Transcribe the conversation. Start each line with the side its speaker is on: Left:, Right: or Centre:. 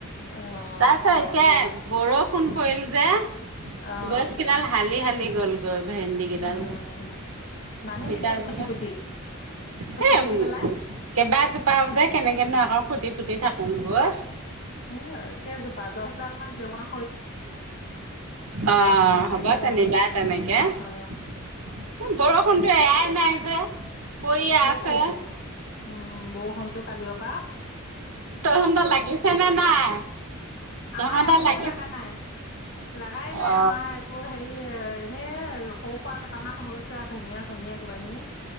Left: অঁ
Right: তাৰ পিছত
Left: ঘৰ
Right: এতিয়া
Left: বুলি পেলাই
Right: বৰষ ফোন কৰিল লে
Left: অঁ
Right: গছ কেইদাল হালি হালি লি গ'লগৈ। ভেন্দি কেইডাল,
Left: উম বান্ধি
Right: জিকা
Left: দিবি
Right: জোপা,
Left: খুটি পুটি খুটি
Right: সেই
Left: পুটি পেলাই
Right: কেইবাজোপাও যে কেনেকেনো আকৌ খুটি পুটি থাকোঙগৈ।
Left: উম, কেইজোপা? দহ ডাল মান জেওঁৰা
Right: অ'
Left: বান্ধি
Right: হ'ব
Left: দিলে
Right: যেনিবা
Left: হ'ল
Right: তেনেকে,
Left: অ
Right: বৰষুণতো এৰাই নাই যে। পৰিয়ে
Left: সেইটো
Right: আছে
Left: টোন উম, বৰষুণটো কালি অ' পা।
Right: তহতৰ লাগিছে নে নাই? তহঁতৰ
Left: আমাৰ একোৱে
Right: লাগি
Left: লাগা নাই। লাগাই নাই
Right: অ
Left: আমাৰ একো হেৰি এ এনে সৰু সোৱা কেইটামান হৈছে আৰু ধনিয়া চনিয়া। কিবাখিনি অ'।